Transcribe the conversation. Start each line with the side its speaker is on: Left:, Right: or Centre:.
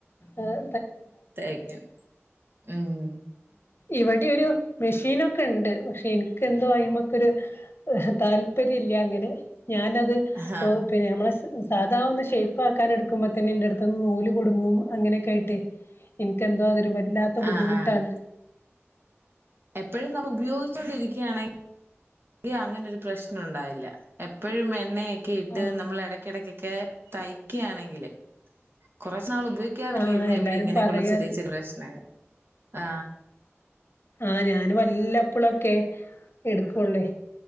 Left: ഏഹ്
Right: തയ്ക്കും. ഉം
Left: ഇവിടെ ഒരു മെഷീനൊക്കെ ഇണ്ട്. പക്ഷെ എനിക്ക് എന്തോ അയ്മക്കൊരു താല്പര്യല്ല അങ്ങനെ ഞാനത്
Right: ആഹ്
Left: പിന്നെ നമ്മളെ സ് സാധാ ഒന്ന് ഷേപ്പ് ആക്കാൻ എടുക്കുമ്പോ തന്നെ എന്റെട്ത്ത്ന്ന് നൂല് കുടുങ്ങും അങ്ങനെയൊക്കെ ആയിട്ട് എനിക്കെന്തോ അതൊരു വല്ലാത്ത ബുദ്ധിമുട്ടാണ്
Right: ആഹ് ആഹ് എപ്പഴും നമ്മ ഉപയോഗി ച്ചോണ്ടിരിക്കയാണെങ്കി അങ്ങനെ ഒരു പ്രശ്നൊണ്ടാവില്ല. എപ്പഴും എണ്ണയൊക് ക്കെ ഇട്ട്
Left: ആഹ്
Right: നമ്മൾ എടയ്ക്കിടക്കൊക്കെ തയ് ക്കാണെങ്കില് കുറ ച്ച് നാൾ ഉപയോഗിക്കാതൊക്കെ
Left: ആഹ്
Right: ഇരുന്ന് കഴിയുമ്പഴാ
Left: എല്ലാരും
Right: ഇങ്ങനെയൊക്കെയുള്ള
Left: പറയ
Right: ചെറിയ ചെറിയ പ്രശ്നങ്ങൾ ആ
Left: ആ ഞാനും വല്ലപ്പൊളൊക്കെ എടുക്കൊള്ളേ